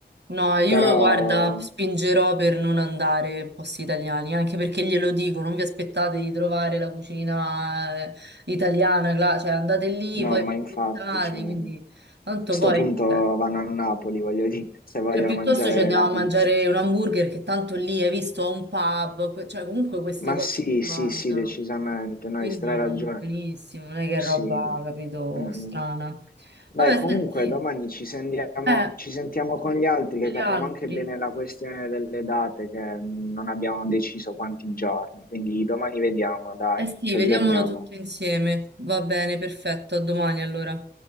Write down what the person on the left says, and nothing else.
Però
No,
ma
infatti,
cioè, a
sto
punto vanno
a Napoli, voglio dire, se voglio
mangiare
la pizza.
Ma
sì,
sì,
sì, decisamente, no,
hai stra ragione.
Sì.
Mm.
Dai,
comunque
domani ci sentiamo,
ci sentiamo con gli altri
che
capiamo
anche bene la questione delle date che non abbiamo deciso quanti giorni. Quindi domani vediamo, dai,
ci
aggiorniamo.